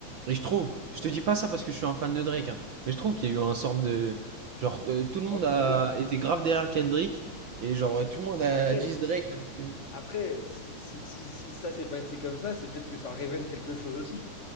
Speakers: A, on the right; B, on the left.
A: Et je trouve, je te dis pas ça parce que je suis un fan de Drake, hein, mais je trouve qu'il y a eu un sorte de... Genre, euh, tout le monde
B: anti
A: a
B: Drake.
A: été grave derrière Kendrick, et genre, euh, tout le monde
B: Après,
A: a dit Drake, alors que...
B: après si, si, si, si ça s'est passé comme ça, c'est peut-être que ça révèle quelque chose aussi.